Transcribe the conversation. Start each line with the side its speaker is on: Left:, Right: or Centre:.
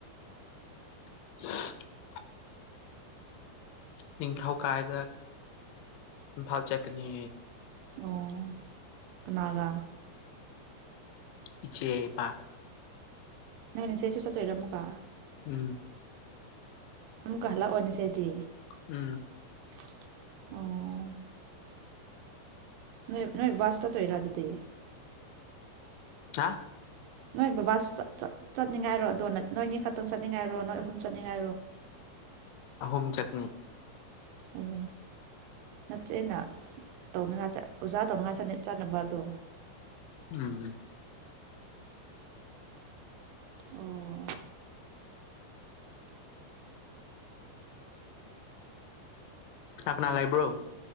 Left: <unintelligible> ꯅꯤꯡꯊꯧ ꯀꯥꯕꯗ ꯏꯝꯐꯥꯜ ꯆꯠꯀꯅꯤ
Right: ꯑꯣ ꯀꯅꯥꯒ
Left: ꯏꯆꯦ ꯏꯄꯥ
Right: ꯅꯣꯏ ꯅꯆꯦꯁꯨ ꯆꯠꯇꯣꯏꯔ ꯑꯃꯨꯛꯀꯥ
Left: ꯎꯝ
Right: ꯑꯃꯨꯛꯀ ꯍꯜꯂꯛꯑꯣꯅꯤꯁꯦꯗꯤ
Left: ꯎꯝ
Right: ꯑꯣ ꯅꯣꯏ ꯅꯣꯏ ꯕꯥꯁꯨ ꯆꯠꯇꯣꯏꯔ ꯑꯗꯨꯗꯤ
Left: ꯍꯥ
Right: ꯅꯣꯏ ꯕꯕꯥꯁꯨ ꯆꯠꯅꯤꯡꯉꯥꯏꯔꯣ ꯑꯗꯣ ꯅꯣꯏꯅꯤ ꯈꯛꯇꯪ ꯆꯠꯅꯤꯡꯉꯥꯏꯔꯣ ꯅꯣꯏ ꯑꯍꯨꯝ ꯆꯠꯅꯤꯡꯉꯥꯏ
Left: ꯑꯍꯨꯝ ꯆꯠꯅꯤ
Right: ꯑꯣ ꯅꯆꯦꯅ ꯇꯧꯅꯉꯥꯏ ꯆꯠ ꯑꯣꯖꯥ ꯇꯧꯅꯉꯥꯏ ꯆꯠꯅꯕ ꯑꯗꯣ
Left: ꯎꯝ
Right: ꯑꯣ
Left: ꯀꯅꯥ ꯀꯅꯥ ꯂꯩꯥꯕ꯭ꯔꯣ